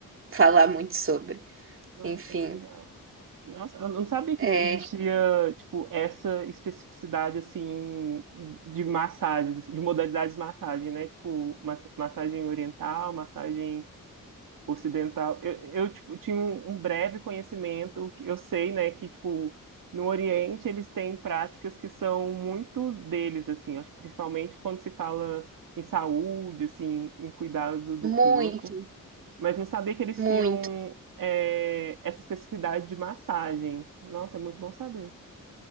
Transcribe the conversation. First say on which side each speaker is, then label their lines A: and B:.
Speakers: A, on the right; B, on the right.
A: falar muito sobre.
B: Nossa,
A: Enfim,
B: que legal. Nossa, eu não sabia que
A: é
B: existia, tipo, essa especificidade, assim, de massagens, assim, de modalidades de massagem, né? Tipo, mas- massagem oriental, massagem ocidental. Eu, eu, tipo, tinha um, um breve conhecimento, que eu sei, né, que, tipo, no Oriente eles têm práticas que são muito deles, assim, acho que principalmente quando se fala em saúde, assim, em cuidado do
A: muito,
B: corpo. Mas não sabia que eles
A: muito.
B: tinham é, essa especificidade de massagens. Nossa, é muito bom saber.